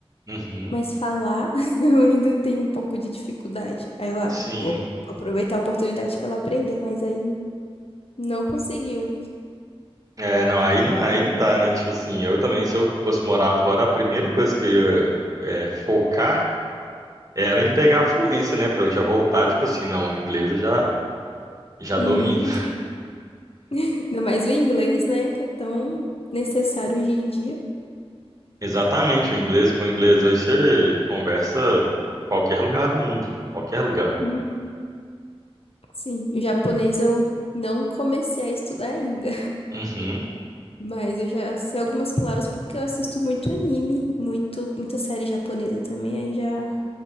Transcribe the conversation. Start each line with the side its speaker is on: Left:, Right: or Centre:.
Right: Uhum,
Left: mas falar <laughs> eu ainda tenho um pouco de dificuldade. Aí eu, ah,
Right: sim.
Left: vou aproveitar a oportunidade que ela aprendeu, mas aí não conseguiu.
Right: É, não, aí não, aí não dá, né? Tipo assim, eu também, se eu fosse morar fora, a primeira coisa que eu ia, é, focar era em pegar a fluência, né? Pra eu já voltar, tipo assim, não, inglês eu já, já
Left: Uhum.
Right: domino.
Left: <laughs> Ainda mais o inglês, né, que é tão necessário hoje em dia.
Right: Exatamente, o inglês com o inglês hoje você conversa qualquer lugar do mundo, qualquer lugar.
Left: Uhum. Sim, o japonês eu não comecei a estudar ainda.
Right: Uhum,
Left: Mas eu já sei algumas palavras porque eu assisto muito anime, muito, muita série japonesa também, aí já